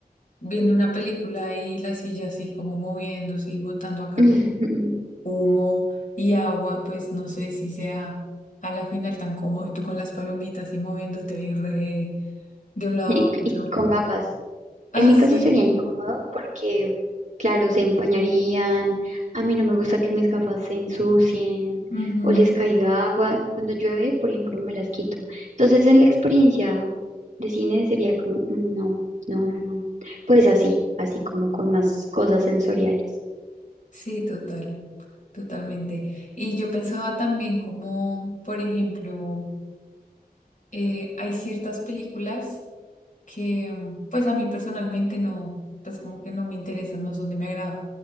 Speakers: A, on the left (about 55°); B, on the right (about 50°).
A: viendo una película y la silla así como moviéndose y botando acá.
B: <laughs>
A: como humo y agua, pues no sé si sea a la final tan cómodo y tú con las palomitas y moviéndote ahí re- de un lado
B: Y,
A: a otro.
B: y con
A: <laughs>
B: gafas.
A: Ah,
B: En mi
A: sí.
B: caso sería incómodo porque, claro, se empañarían, a mí no me gusta que mis gafas se ensucien
A: ujú,
B: o les caiga agua. Cuando llueve, por ejemplo, me las quito. Entonces, en la experiencia de cine sería como, "Mm, no, no, no, no. Pues así, así como con más cosas sensoriales.
A: Sí, total, totalmente. Y yo pensaba también como, por ejemplo, eh, hay ciertas películas. que mm, pues a mí personalmente no, pues como que no me interesan, no son de mi agrado.